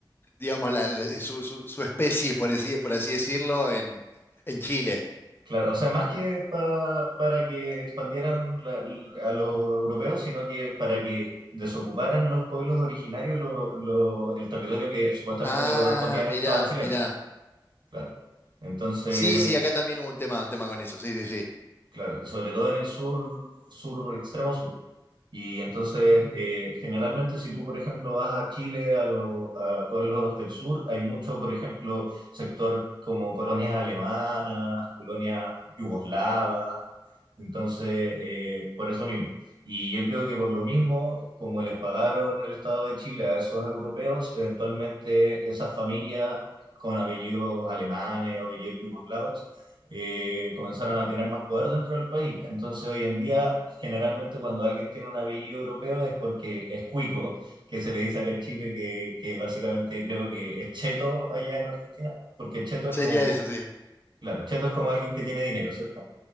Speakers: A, on the left; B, on the right.
A: digamos, la- la- su, su- su especie, por así, por así decirlo, en, en Chile.
B: claro, o sea, más que pa- para que expandieran la- a los europeos, sino que para que desocuparan los pueblos originarios lo- lo- el territorio que supuestamente
A: Ah,
B: le correspondía al
A: mirá,
B: Estado chileno,
A: mirá.
B: claro. Entonces,
A: Sí, sí, acá también hubo un tema, un tema con eso, sí, sí, sí.
B: claro, y sobre todo en el sur, sur extremo sur. Y entonces, eh, generalmente si tú, por ejemplo, vas a Chile, a los a pueblos del sur, hay mucho, por ejemplo, sector como colonias alemanas, colonias yugoslavas, entonces, eh, por eso mismo. Y yo creo que por lo mismo, como les pagaron el Estado de Chile a esos europeos, eventualmente esas familias con apellidos alemanes, apellidos yugoslavos, eh, comenzaron a tener más poder dentro del país. Entonces, hoy en día Generalmente cuando alguien tiene un apellido europeo es porque es cuico, que se le dice acá en Chile que, que básicamente creo que es cheto allá en Argentina, porque cheto es
A: Sería
B: como, po-
A: eso, sí.
B: claro, cheto es como alguien que tiene dinero, ¿cierto?